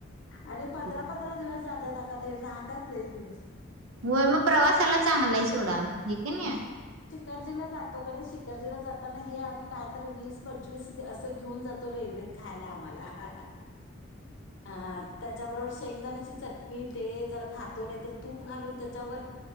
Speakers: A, on the right; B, on the left.
A: चालते
B: आणि पंधरा पंधरा दिवस जात <unintelligible> राहत्यात लई दिवस
A: व्हय, मग प्रवासाला चांगलं आहे सोडा हे कणी?
B: शिकर्जीला जातो कनी, शिकर्जीला जाताना हे आम्ही काय तर वीस पंचवीस असं घेऊन जातो रेल्वेत खायला आम्हाला हा हा हा त्याच्याबरोबर शेंगदाण्याची चटणी तेल जर खातो नाही तर तूप घालून त्याच्यावर